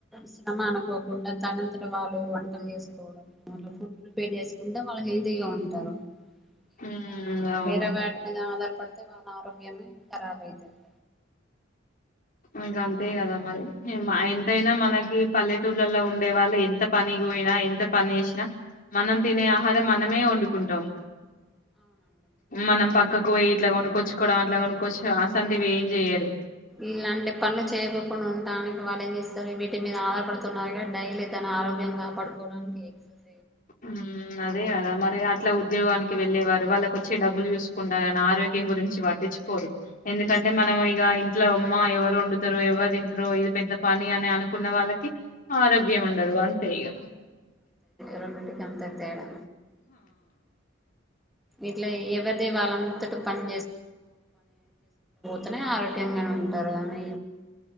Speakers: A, in the centre; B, on the left (about 45°).
A: శ్రమ అనుకోకుండా, తనంతట వాళ్ళు వంటలు చేసుకోవడం. అట్లా ఫుడ్ ప్రిపేర్ చేసుకుం <inaudible> వాళ్లకి. హెల్తీగా ఉంటారు
B: ఉమ్,
A: ఇట్ల
B: అవును
A: వేరే వాటి మీద ఆధార పడితే మన ఆరోగ్యమే ఖరాబ్ అయితది
B: ఇంకా అంతే కదా! మరి హా మాఎంతైనా మనకి పల్లెటూళ్లలో ఉండే వాళ్ళు ఎంత పనికి పోయి. యిన ఎంత పని చేసిన మనం తినే ఆహారం మనమే వండు కుంటాం మనం పక్కకు పోయి ఇట్లా కొనుక్కొచ్చుకోవడం అట్లా కొనుక్కొచ్చు అసంటివి ఏం జెయరు
A: ఇ లాంటప్ పనులు చేయకోకుండా ఉండడానికి, వాళ్ళు ఏం చేస్తారు వీటి మీద ఆధారపడుతున్నారుగా. డైలీ తన ఆరోగ్యం కాపాడు, వారానికి ఎగ్స్స్
B: ఉ అదే కదా మరి అట్లా ఉద్యోగాని కి వెళ్ళే వారు, వాళ్ళకోచ్చే డబ్బులు చూసుకుంటారు గాని, ఆరోగ్యం గురించి పట్టించుకోరు.
A: పట్టించుకోరు
B: ఎందుకంటే మనం ఇగ ఇం ఇట్లా, ఉమ్మా ఎవరు వండుతారు! ఎవరు తింటరు! ఇది పెద్ద పని అని అనుకున్న వాళ్ళకి ఆరోగ్యం ఉండదు. అం తేగా
A: రోన్తుంటే <unintelligible> తేడా ఇట్లా ఎవరిది వాళ్ళంతట పని తనే ఆరోగ్యంగానే ఉంటారు గానీ